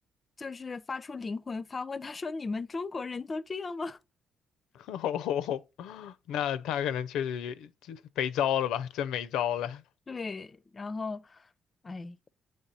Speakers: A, on the left; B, on the left.
A: 就是发出灵魂发问，他说：“你们中国人都这样吗？”
B: <laughs> 哦，那他可能确实也就是没招了吧，真没招了
A: <laughs> 对，然后哎，